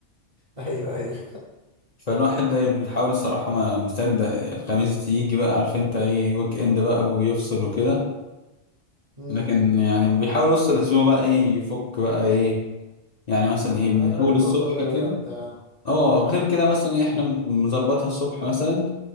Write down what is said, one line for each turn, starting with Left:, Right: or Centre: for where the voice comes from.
Right: ايوه ايوه
Left: فالواحد ده بيحاول الصراحه ما بيصدق الخميس تيجي بقى عارف انت ايه ويك اند بقى ويفصل وكده
Right: امم
Left: لكن يعني بيحاول وسط الاسبوع بقى ايه يفك بقى ايه يعني مثلا ايه من
Right: ايوه
Left: اول
Right: يخرج
Left: الصبح
Right: خروجه رايقه
Left: كده
Right: بتاع
Left: اه غير كده مثلا إيه، احنا
Right: امم
Left: مظبطها الصبح مثلا